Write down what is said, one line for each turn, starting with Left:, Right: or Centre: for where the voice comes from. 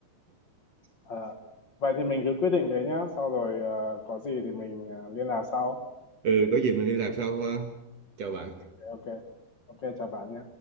Left: Ờ, vậy thì mình cứ quyết định thế nhá, sau rồi ờ, có gì thì mình ờ, liên lạc sau.
Right: Ừ, có gì mình liên lạc sau ha. Chào bạn.
Left: Ok, ok, chào bạn nhé.